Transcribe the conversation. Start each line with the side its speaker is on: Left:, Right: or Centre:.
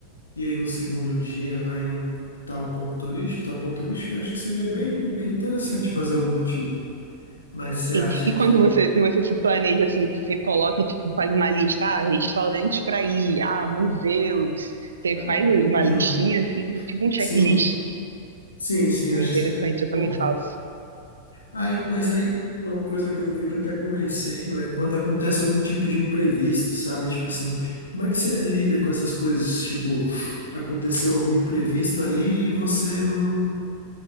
Left: E aí no segundo dia vai em tal ponto turístico, tal ponto turístico. Eu acho que seria bem, bem interessante fazer algo do tipo. Mas você
Right: Enfim,
Left: acha
Right: e
Left: que.
Right: quando você, você se planeja assim, você coloca, tipo, faz uma lista, ah, restaurantes para ir, ah, museus. Você
Left: Ah,
Right: faz uma
Left: sim,
Right: listinha assim, tipo um checklist.
Left: sim, sim, sim,
Right: É
Left: acho
Right: interessante,
Left: que seria
Right: eu também
Left: bom.
Right: faço.
Left: Aí, mas aí, uma coisa que eu fico até com receio é quando acontece algum tipo de imprevisto, sabe? Tipo assim, como é que você lida com essas coisas? Tipo, aconteceu algum imprevisto ali e você não,